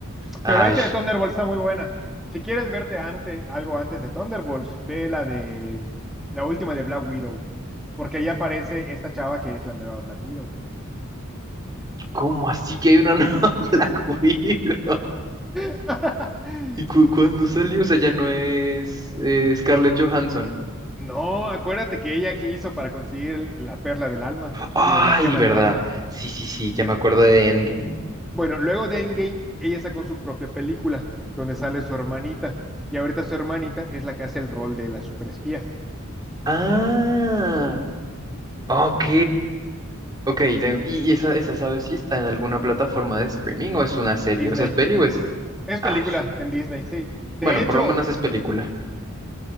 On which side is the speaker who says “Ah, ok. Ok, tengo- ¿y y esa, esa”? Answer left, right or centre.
Right